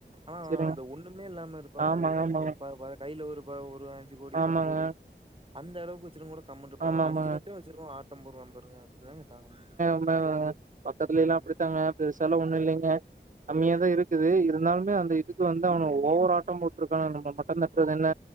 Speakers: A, on the right; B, on the right.
A: ஆ
B: செரிங்க
A: ஆ அந்த ஒண்ணுமே இல்லாம இருப்பாங்க
B: ஆமாங்க
A: வாருங்க,
B: ஆமாங்க
A: ஒரு பா ப கைல ஒருபா ஒரு அஞ்சு கோடி,
B: ஆமாங்க
A: பத்து கோடி, அந்த அளவுக்கு வச்சிருக்குவ கூட கம்முன்ட்ருப்பா
B: ஆமா
A: ஒரு அஞ்சு
B: ஆமாங்க
A: லட்சோ வச்சிருக்கறவ ஆட்டம் போடுவா பாருங்க! அதுதாங்க தாங்க முடில!
B: நம்ம பக்கத்துலேலா
A: ம்
B: அப்டித்தாங்க பெருசாலா ஒண்ணு இல்லைங்க கம்மியாதா இருக்குது. இருந்தாலுமே அந்த இதுக்கு வந்து அவனுக ஓவர் ஆட்டம் போட்ருக்கானுக நம்ம மட்டந் தட்றதென்ன